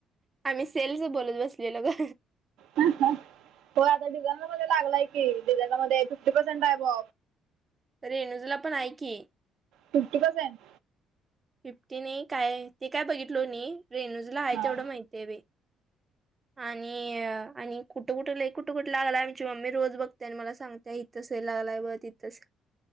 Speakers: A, on the right; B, on the right.
A: आम्ही सेलस बोलत बसलेलो का
B: हो आता डिझान मध्ये लागलाय की डिझान मध्ये फिफ्टी पर्सेंट आहे ब
A: रेणूजूला पण ऐ की
B: फिफ्टी पर्सेंट
A: फिफ्टी नाही काय ते काय बघितल नाही रेनूजला आहे
B: हा
A: तेवढं माहतीय ब आणि आणि कुठं कुठे ल कुठं कुठे लागलायमची मम्मी रोज बघतेय आणि मला सगते तिथं लागय ब तिथं